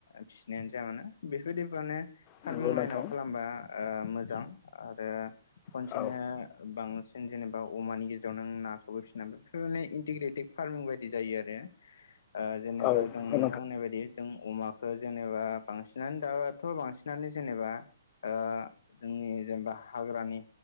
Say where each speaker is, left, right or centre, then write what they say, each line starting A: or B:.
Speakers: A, on the left; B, on the left.
A: फिसिनायानो जाया मानो बेफोरदि माने फारमिं
B: नंगौ
A: लाइनाव
B: नोंथां
A: खालामबा ओ मोजां आरो खनसेनो
B: औ
A: बांसिन जेनेबा अमानि गेजेराव नों नाखौबो फिनानै ओने इन्टिग्रेटेड फार्मिं बायदि जायो आरो। ओ जेनेबा
B: औ
A: जों नोंथां
B: नंगौ
A: होननाय बायदि जों अमा जेनेबा बांसिनानो दाबाथ' बांसिनानो जेनेबा ओ जोंनि जेनेबा हाग्रानि